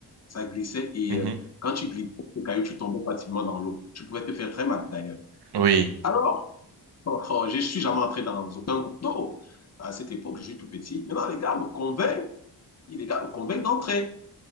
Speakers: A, on the left (about 40°); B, on the right (about 75°).
A: Ça glissait et
B: mhm,
A: euh, quand tu glissais, les cailloux, tu tombais facilement dans l'eau. Tu pouvais te faire très mal d'ailleurs.
B: mhm. Oui.
A: Alors, Oh, oh, je ne suis jamais entré dans aucun couteau. À cette époque, je suis tout petit. Maintenant, les gars me convainquent, les gars me convainquent d'entrer.